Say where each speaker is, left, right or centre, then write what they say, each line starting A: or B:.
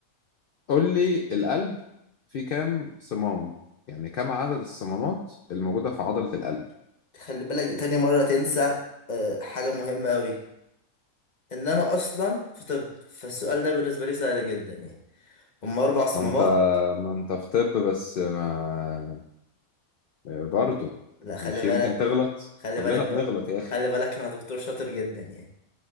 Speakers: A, on the left; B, on the left.
A: قول لي القلب فيه كام صمام يعني كم عدد الصمامات الموجودة في عضلة القلب
B: خلي بالك دي تاني مرة تنسى آه، حاجة مهمة أوي إن أنا أصلا في طب فالسؤال ده بالنسبة لي سهل جدا يعني هما أربع صمامات
A: ما انت ما انت في طب بس ما برضه
B: لا خلي
A: مش
B: بالك
A: يمكن تغلط
B: خلي
A: كلنا
B: بالك
A: بنغلط
B: بقى
A: يا اخي
B: خلي بالك أنا دكتور شاطر جدا يعني